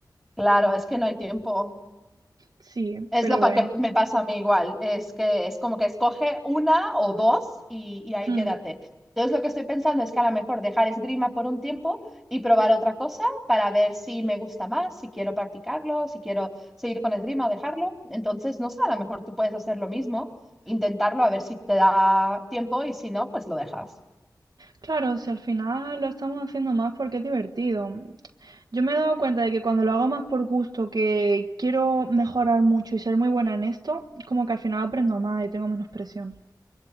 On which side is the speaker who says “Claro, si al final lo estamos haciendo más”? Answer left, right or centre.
Right